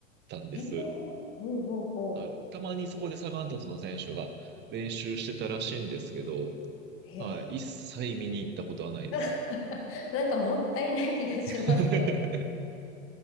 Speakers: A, on the right; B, on the left.
A: たんです。
B: へえ。ほうほうほ
A: はい。たまにそこでサガン鳥栖の選手が練習してたらしいんですけど、
B: う。
A: はい。
B: へえ。
A: 一切見に行ったことはないです。
B: <laughs> なんかもったいない気がしますけど、
A: <laughs>